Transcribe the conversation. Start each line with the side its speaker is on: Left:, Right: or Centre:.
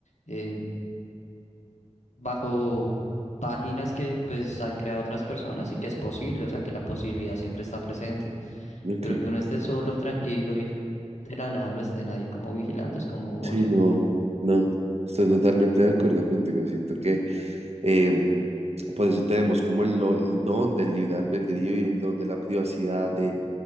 Left: eh, bajo páginas que pues han creado otras personas y que es posible, o sea que la posibilidad siempre está presente,
Right: Ok,
Left: pero que uno esté solo, tranquilo y de la nada lo estén ahí como vigilando, es como,
Right: sí,
Left: oye,
Right: no, no, estoy totalmente de acuerdo contigo. Siento que em, Por eso tenemos como el, lo- el don del libre albedrío y el don de la privacidad, de,